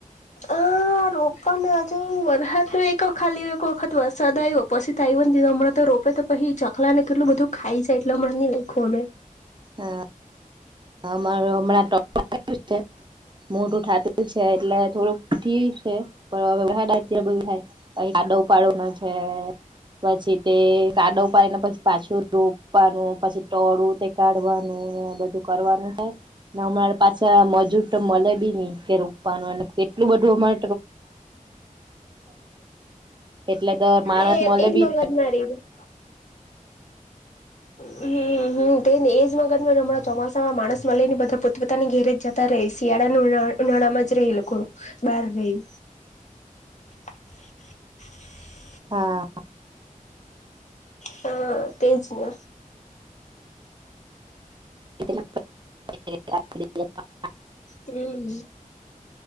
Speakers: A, on the left; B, on the right.
A: અઆ ના રોપને હજ વરસાદ એક ખાલી એક વખત વરસાદ આવ્યો પછી થાય હમણાં તો ઓપે તો પછી ચકલા ને કેટલું બધું ખાઈ જાય એટલેને નહી લખું અમે
B: હા અમાર હમણાં ટું છે મોટું થાટું છે એટલે થોડુંક ઠ છે પણ હવે બધું થાય આડો ઉપાડો નો છે. પછી તે કાડવ પાડીને પછી પાછું રોપવાનું પછી ટોળું તે કાઢવાનું બધા બધું કરવાનું હે ને અમારે પાછા મજૂર તો મળે બી નહી કે રોપવાનું અને કેટલું બધુંમા એટલે તો માણસ
A: એ
B: મળે
A: એજ
B: બી
A: મગજ મારીને હમ હમ હુ તેને એ જ મગર હમણાં ચોમાસામાં માણસ મલે નહિ બધા પોતપોતાની ઘેરે જતા રહ્યે શિયાળાનું ના ઉનાળામાં જ રહેએ લોકો બહાર રહી <unintelligible>
B: હા
A: હા તેજને
B: <unintelligible>
A: હમ